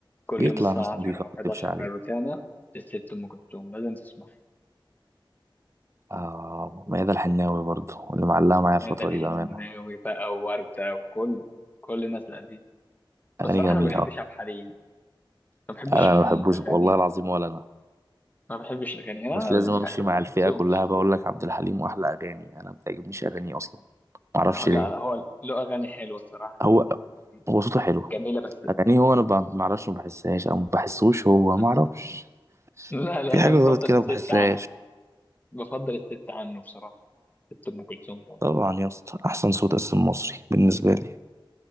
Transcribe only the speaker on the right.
بيطلع
ناس نضيفه
ما
تكذبش عليه
آه ميادة الحناوي برضه واللي معلقه معايا
الفتره
دي بامانه
اغاني
جميله
انا
ما بحبوش
والله العظيم ولا انا
مش لازم
امشي
مع
الفئه كلها بقول لك عبد الحليم واحلى اغاني انا ما بتعجبنيش اغانيه اصلا ما اعرفش
ليه
هو
هو صوته حلو
اغانيه هو انا ب- ما اعرفش ما بحسهاش او ما بحسوش هو ما
اعرفش
في حاجه
غلط كده
ما بحسهاش
طبعا يا اسطى احسن صوت اصلا مصري بالنسبه لي